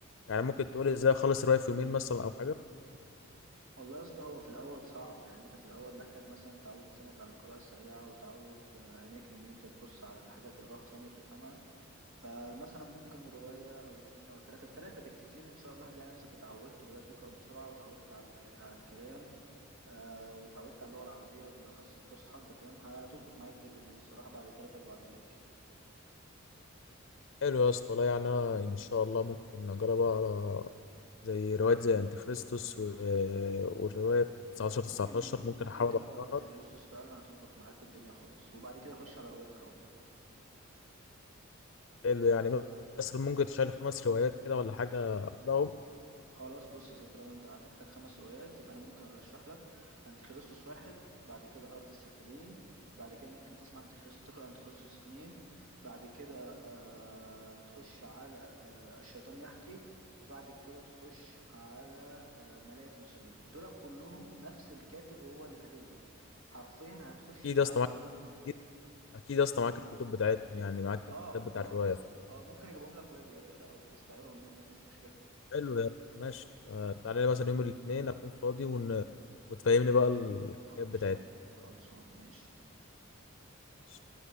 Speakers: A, on the left (about 55°); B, on the right (about 75°).
A: يعني ممكن تقول إزاي أخلص الرايف في يومين مثلا أو حاجة
B: والله يا اسطى هو في الاول صعب يعني انت في الاول محتاج مثلا تعود لسانك على القراءه السريعه وتعود آه، عينيك ان انت تبص على الحاجه تقراها في ثانيه وتفهمها فمثلا ممكن رواية أو اتنين أو تلاتة تلاتة بالكتير إن شاء الله هتلاقي نفسك اتعودت وبدأت تقرأ بسرعة وتعودت على, على الكلام آه وتعودت على اللغة العربية بالأخص الفصحى أنت فاهم هتظبط معاك جدا يعني الصراحة بعد تلات أربع روايات كده
A: حلو يا اسطى لا يعني انا ان شاء الله ممكن اجرب اقرا زي روايات زي انت خريستوس و... والروايه 19 19
B: ممكن
A: ممكن
B: ممكن
A: احاول
B: تبدأ
A: اقراها
B: بقى أنت خريستوس، فعلا هتظبط معاك الدنيا خالص وبعد كده خش على رواية خوف
A: حلو يعني مثلا ممكن تشيل خمس روايات كده ولا حاجه اقراهم
B: خلاص بص يا سيدي طالما انت هتحتاج خمس روايات يبقى انا ممكن ارشح لك انتيخريستوس واحد بعد كده ارض السافلين بعد كده ممكن تسمع انتيخريستوس تقرا انتيخريستوس اتنين بعد كده آه تخش على آه الشيطان يحكي وبعد كده تخش على آه ملائك نصيبين دول كلهم نفس الكاتب هو اللي كاتبهم حرفيا هتخش
A: اكيد
B: في
A: يا اسطى
B: عالم
A: معاك اكيد اكيد يا اسطى معاك الكتب بتاعتهم يعني معاك
B: اه
A: الكتاب بتاع
B: اه
A: الروايه
B: اه ممكن اجيبهم لك واجي يا باشا او تستعيرهم مني مفيش مشكله
A: حلو يا ماشي آه، تعالى لي مثلا يوم الاثنين اكون فاضي ون... وتفهمني بقى الحكايات
B: خلصان
A: بتاعتك
B: خلصان ماشي
A: ماشي.